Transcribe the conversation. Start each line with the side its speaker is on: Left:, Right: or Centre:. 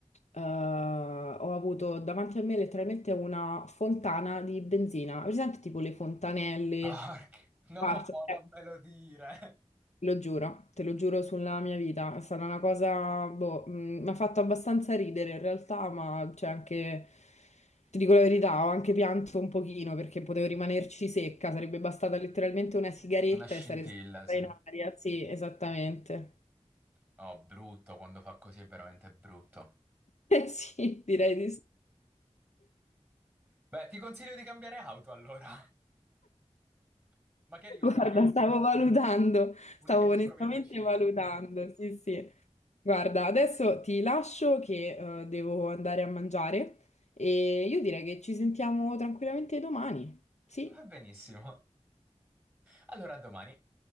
Left: uh, ho avuto davanti a me letteralmente una fontana di benzina. Presente tipo le fontanelle?
Right: Porca- No,
Left: Parto- eh,
Right: non me lo dire.
Left: lo giuro, te lo giuro sulla mia vita. È stata una cosa, boh, mh, mi ha fatto abbastanza ridere in realtà, ma c'è anche, ti dico la verità, ho anche pianto un pochino perché potevo rimanerci secca. Sarebbe bastata letteralmente una sigaretta
Right: Una scintilla,
Left: e sarei stata
Right: sì.
Left: in aria. Sì, esattamente.
Right: Oh, brutto, quando fa così è veramente brutto.
Left: <laughs> Eh sì, direi di sì.
Right: Beh, ti consiglio di cambiare auto allora. <laughs> Magari una
Left: Guarda,
Right: che non,
Left: stavo valutando,
Right: una
Left: stavo
Right: che non
Left: onestamente
Right: provi ad ucciderti.
Left: valutando. Sì, sì. Guarda, adesso ti lascio che eh, devo andare a mangiare e io direi che ci sentiamo tranquillamente domani. Sì,
Right: Va benissimo. Allora, a domani.